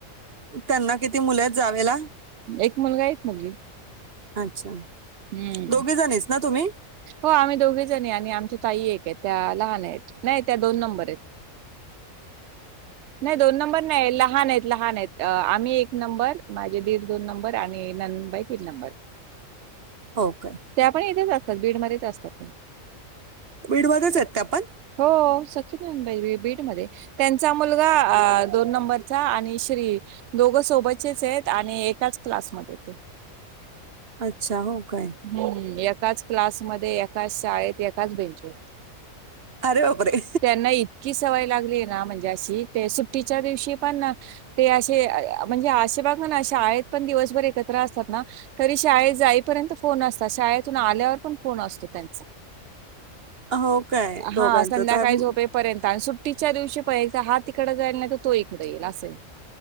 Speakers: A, on the right (about 45°); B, on the right (about 65°).
A: त्यांना किती मुले आहेत जावेला.
B: एक मुलगा एक मुलगी
A: अच्छा
B: हम्म
A: दोघी जणीच ना तुम्ही
B: हो आम्ही दोघी जणी आणि आमच्या ताई एक आहेत त्या लहान आहेत नाही त्या दोन नंबर आहेत. नाही दोन नंबर नाही लहान आहेत लहान आहेत. आम्ही एक नंबर माझे दीर दोन नंबर आणि ननंदबाई तीन नंबर
A: हो काय‌?
B: त्या पण इथेच असतात बीडमध्येच असतात.
A: बीडमध्येच आहेत त्यापण
B: हो सख्खी बहिण‌ <inaudible> बीडमध्ये त्यांचा मुलगा अ दोन नंबरचा आणि श्री दोघ सोबतचेच आहेत आणि एकाच क्लासमध्ये आहेत ते
A: अच्छा हो काय?
B: हम्म एकाच क्लासमध्ये एकाच शाळेत एकाच बेंचवर
A: अरे बापरे
B: त्यांना इकी सवय लागली ना म्हणजे अशी ते सुट्टीच्या दिवशी पण ते असे म्हणजे आशे बघ ना अे आ आहेतेत पण दिवसभर एकत्र असतात ना. तरी शाळेत जाईपर्यंत फोन असतात शाळेतून आल्यावर पण फोन असतो त्यांचा
A: हो काय दोघांचं
B: हा संध्याकाळी
A: चा- हम्म,
B: झोपे पर्यंत आणि सुट्टीच्या दिवशी पर्यंत हा तिकडं जाईल नाही तर तो इकडे येईल असंय.